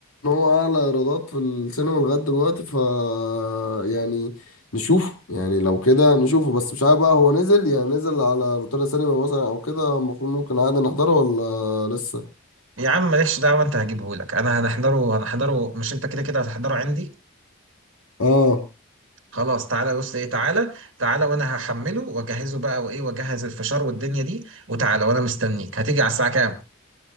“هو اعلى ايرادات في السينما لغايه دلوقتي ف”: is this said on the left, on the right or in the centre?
Left